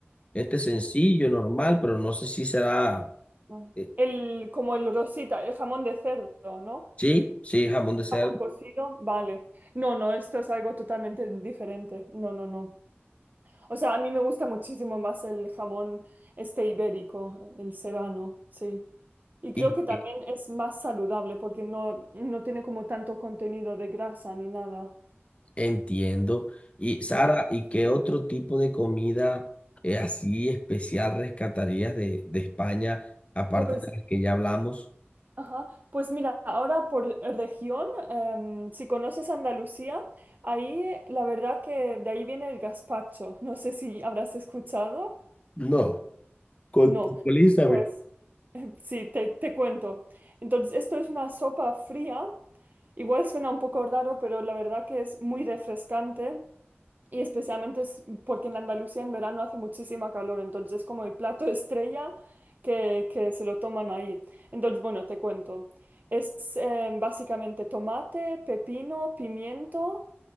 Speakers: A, on the left; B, on the right.
A: este sencillo, normal, pero no sé si será,
B: Ujú.
A: eh,
B: El, como el rosita, el jamón de cerdo, ¿no?
A: sí, sí, jamón de cerdo.
B: Jamón cocido, vale. No, no, esto es algo totalmente diferente. No, no, no. O sea, a mí me gusta muchísimo más el jamón este ibérico, el serrano, sí. Y creo
A: Y
B: que también
A: eh,
B: es más saludable porque no, no tiene como tanto contenido de grasa ni nada.
A: entiendo. Y Sara,
B: Mm,
A: ¿y qué otro tipo de comida eh, así especial rescatarías de, de España, aparte
B: Pues,
A: de las que ya hablamos?
B: ajá. Pues mira, ahora por región, em, si conoces Andalucía, ahí la verdad que de ahí viene el gazpacho. No sé si habrás escuchado.
A: No, contextualízame.
B: No. Pues Sí, te, te cuento. Entonces, esto es una sopa fría. Igual suena un poco raro, pero la verdad que es muy refrescante y especialmente es porque en Andalucía en verano hace muchísima calor, entonces es como el plato <laughs> estrella que, que se lo toman ahí. Entonces, bueno, te cuento. Es eh, básicamente tomate, pepino, pimiento.